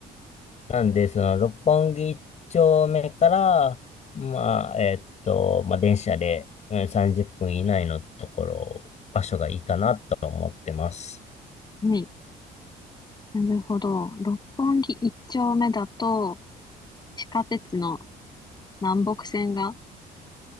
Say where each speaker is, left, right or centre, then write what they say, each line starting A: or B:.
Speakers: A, on the left; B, on the left.
A: なんで、その、六本木一丁目から、まあ、えっと、まあ、電車でうん30分以内のところ、場所がいいかなと思ってます。
B: 海。なるほど。六本木一丁目だと、地下鉄の南北線が、